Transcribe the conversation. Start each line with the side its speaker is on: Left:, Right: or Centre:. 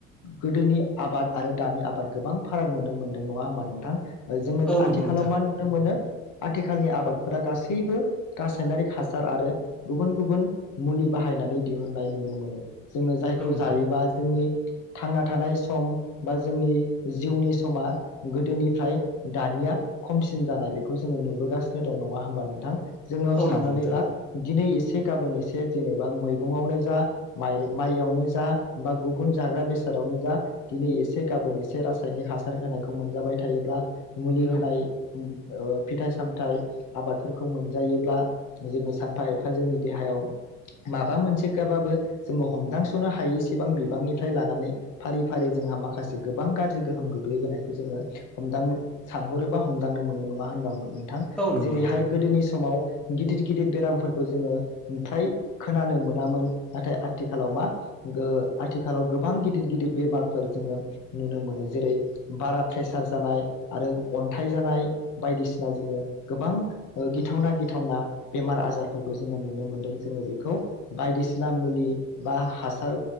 Left: गोदोनि आबाद आरो दानि आबाद गोबां फाराग नुनो मोनदों नङा होमबा नोंथां। जोङो
Centre: औ
Left: आथिखालाव
Centre: नंगौ नोंथां
Left: मा नुनो मोनो। आथिखालनि आबादफोरा गासैबो रासायनारिक हासार आरो गुबुन गुबुन मुलि बाहायनानै दिहुननाय नुनो मोनो। जोङो जायखौ
Centre: औ नोंथां
Left: जायोबा जोंनि थांना थानाय सम बा जोंनि जिउनि समा गोदोनिफ्राय दानिया खमसिन जानाय बेखौ जोङो नुबोगासिनो दं नङा होमबा नोंथां। जोङो
Centre: औ
Left: साननानै
Centre: नंगौ नोंथां
Left: ला दिनै एस एसे गाबोन एसे जेनेबा मैगंआवनो जा माइयावनो जा बा गुबुन जाग्रा बेसादावनो जा दिनै एसे गाबोन एसे रासायनिक हासार होनायखौ मोनजाबाय थायोब्ला मुलि
Centre: औ
Left: होनाय उम ओ फिथाइ सामथाइ आबादफोरखौ मोनजायोब्ला जोङो सानफा एफा जोंनि देहायाव माबा मोनसे गाबाबो जोङो हमदांस'नो हायैसेबां बिबांनिफ्राय लानानै फारि फारि जोंहा माखासे गोबां गाज्रि गोहोम गोग्लैबोनायखौ जोङो हमदां सानहरोबा हमदांनो मोनो नङा होनबामोन नोंथां
Centre: औ नंगौ
Left: जेरैहाय
Centre: नोंथां
Left: गोदोनि समाव गिदिर गिदिर बेरामफोरखौ जोङो फ्राय खोनानो मोनामोन नाथाय आथिखालाव मा ओ आथिखालाव गोबां गिदिर गिदिर बेमारफोर जोङो नुनो मोनो जेरै बारा प्रेसार जानाय आरो अन्थाइ जानाय बायदिसिना जोङो गोबां ओ गिथावना गिथावना बेमार आजारफोरखौ जों नुनो मोदों जों बेखौ बायदिसिना मुलि बा हासार